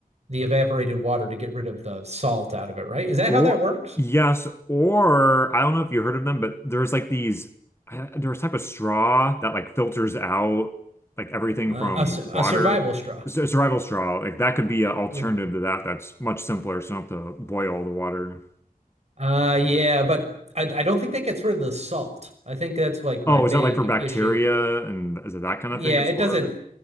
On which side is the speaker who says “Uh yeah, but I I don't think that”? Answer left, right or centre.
Right